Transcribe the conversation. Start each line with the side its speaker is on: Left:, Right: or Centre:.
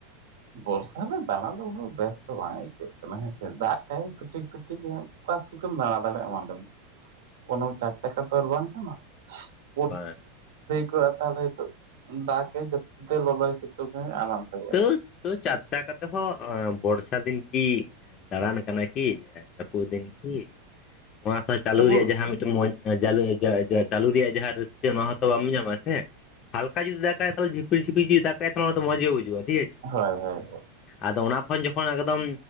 Right: ᱵᱚᱨᱥᱟ ᱨᱮ ᱫᱟᱬᱟ ᱫᱚ ᱩᱱᱟᱹᱜ ᱵᱮᱥ ᱫᱚ ᱵᱟᱝ ᱟᱹᱭᱠᱟᱹᱜ ᱠᱟᱱᱟ ᱦᱮᱸᱥᱮ ᱫᱟᱜ ᱟᱠᱟᱭ ᱯᱤᱴᱤᱠ ᱯᱤᱴᱤᱠ ᱧᱚᱜ ᱚᱠᱟ ᱥᱩᱠᱷᱮᱢ ᱫᱟᱬᱟ ᱫᱟᱲᱮᱭᱟᱜᱼᱟ <unintelligible> ᱚᱱᱟ ᱪᱟᱨ ᱪᱟᱠᱷᱟ ᱛᱚ ᱟᱨ ᱵᱟᱝ ᱠᱟᱱᱟ᱾ <unintelligible>
Left: ᱵᱟᱝ
Right: ᱠᱚᱜᱼᱟ ᱛᱟᱦᱚᱞᱮ ᱫᱟᱜᱽ ᱠᱮᱭᱟᱭ ᱡᱟᱹᱯᱩᱫᱟᱭ ᱞᱚᱞᱚ ᱟᱭ ᱥᱮᱛᱩᱝ ᱟᱭ ᱟᱨᱟᱢ ᱥᱮᱼᱼ
Left: ᱛᱟᱹᱣ ᱛᱟᱹᱣ ᱪᱟᱨᱪᱟᱠᱟ ᱛᱮᱦᱚᱸ ᱵᱚᱨᱥᱟ ᱫᱤᱱ ᱠᱤᱼᱼ ᱫᱟᱬᱟᱱ ᱠᱟᱱᱟ ᱠᱤ ᱡᱟᱹᱯᱩᱫ ᱫᱤᱱ ᱠᱤ ᱚᱱᱟᱼᱼ ᱪᱟᱹᱞᱩ
Right: ᱛᱚᱵᱩ
Left: ᱨᱮᱭᱟᱜ ᱡᱟᱦᱟᱸ ᱢᱤᱫᱴᱟᱹᱝ <unintelligible> ᱪᱟᱹᱞᱩ ᱨᱮᱭᱟᱜ ᱡᱟᱦᱟᱸ ᱨᱟᱹᱥᱠᱟᱹ ᱚᱱᱟ ᱦᱚᱸᱛᱚ ᱵᱟᱢ ᱧᱟᱢᱟ ᱥᱮ᱾ ᱦᱟᱞᱠᱟ ᱡᱩᱫᱤ ᱫᱟᱜᱟᱭ ᱛᱟᱦᱚᱞᱮ ᱡᱷᱤᱯᱤᱨ ᱡᱷᱤᱯᱤ ᱫᱟᱜᱼᱟᱭ ᱛᱟᱦᱚᱞᱮ ᱚᱱᱟ ᱫᱚ ᱢᱚᱡᱽ ᱜᱮ ᱵᱩᱡᱟᱹᱜᱼᱟ ᱴᱷᱤᱠ ᱟᱪᱷᱮ᱾
Right: ᱦᱳᱭ ᱦᱳᱭ ᱦᱳᱭ᱾
Left: ᱟᱫᱚ ᱚᱱᱟ ᱠᱷᱚᱱ ᱡᱚᱠᱷᱚᱱ ᱮᱠᱫᱚᱢ